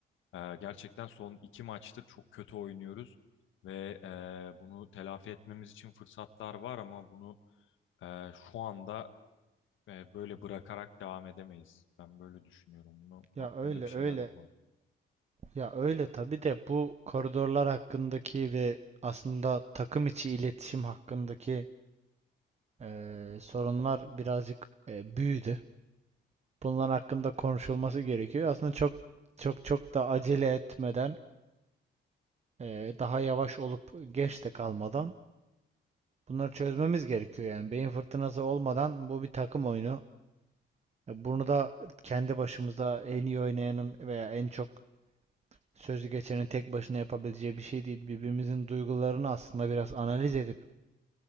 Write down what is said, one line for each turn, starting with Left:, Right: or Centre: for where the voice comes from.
Left: ee, gerçekten son iki maçtır çok kötü oynuyoruz ve e, bunu telafi etmemiz için fırsatlar var ama bunu e, şu anda e, böyle bırakarak devam edemeyiz. Ben böyle düşünüyorum. Bunu
Right: Ya
Left: hakkında
Right: öyle
Left: bir şeyler
Right: öyle.
Left: yapalım.
Right: Ya öyle tabii de bu koridorlar hakkındaki ve aslında takım içi iletişim hakkındaki eee, sorunlar birazcık eee, büyüdü. Bunlar hakkında konuşulması gerekiyor. Aslında çok çok çok da acele etmeden, eee, daha yavaş olup geç de kalmadan bunları çözmemiz gerekiyor. Yani beyin fırtınası olmadan bu bir takım oyunu. E, Bunu da kendi başımıza en iyi oynayanın veya en çok sözlü geçenin tek başına yapabileceği bir şey değil. Birbirimizin duygularını aslında biraz analiz edip